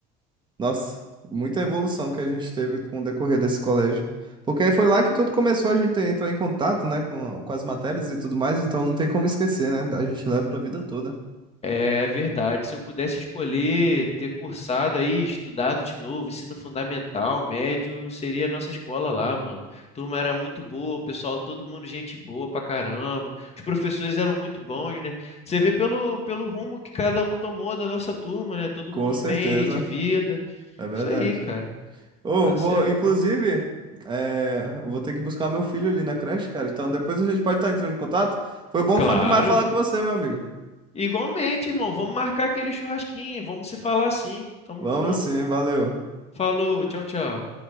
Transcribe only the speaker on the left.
É verdade. Se eu pudesse escolher ter cursado aí, estudado de novo, ensino fundamental, médio, seria a nossa escola lá, mano. Turma era muito boa, o pessoal, todo mundo gente boa pra caramba. Os professores eram muito bons, né? Você vê pelo, pelo rumo que cada um tomou da nossa turma, né? Todo
mundo
bem aí de vida.
Isso aí, cara.
Tá
certo,
então.
Claro.
Igualmente, irmão. Vamos marcar aquele churrasquinho. Vamos se falar sim. Tamo
junto.
Falou, tchau, tchau.